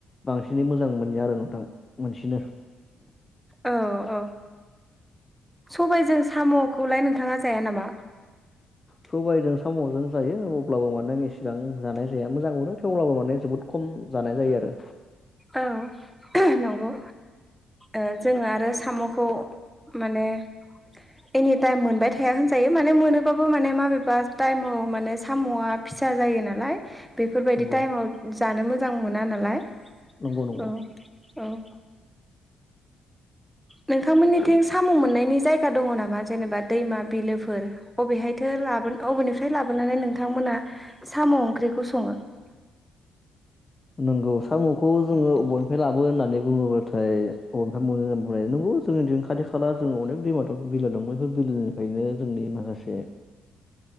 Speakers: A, on the left (about 25°); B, in the centre.
A: बांसिनै मोजां मोनो आरो नोंथां मोनसेनो
B: औ औ। सबायजों साम'खौलाय नोंथाङा जाया नामा?
A: सबायजों साम'जों जायो अब्लाबो मानोे इसेबां जानाय जाया मोजां मोनो थेवब्लाबो माने जोबोद खम जानाय जायो आरो।
B: औ नंगौ ओ जोङो आरो साम'खौ माने एनि टाइम मोनबाय थाया होनजायो माने मोनोबाबो माने माबेबा टाइमाव माने साम'आ फिसा जायो नालाय बेफोरबायदि
A: नंगौ
B: टाइमाव जानो मोजां मोना नालाय
A: नंगौ नंगौ
B: औ औ। नोंथांमोननिथिं साम' मोननायनि जायगा दङ' नामा जेनेबा दैमा बिलोफोर? अबेहायथो लाबोन अबेनिफ्राय लाबोनानै नोंथांमोना साम' ओंख्रिखौ सङो? <inaudible>
A: नोंगौ साम'खौ जोङो बबेनिफ्राय लाबो होननानै बुङोब्लाथाय अबेनिफ्राय मोननो होन नोंगौ जोंनिथिं खाथि खाला जों अनेक दैमाथ' बिलो दं बेफोर बिलोनिफ्रायनो जोंनि माखासे
B: <inaudible>